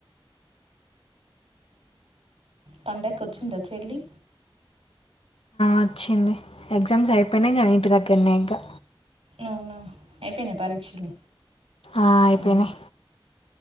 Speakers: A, on the right (about 85°); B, on the left (about 80°).
A: పండగకు వచ్చిందా చెల్లి
B: వచ్చింది ఎగ్జామ్స్ అయిపోయినగా ఇంటి దగ్గరనే ఇకా
A: అవునా అయిపోయినాయి పరీక్షలు
B: ఆ అయిపోయినై
A: ఉమ్.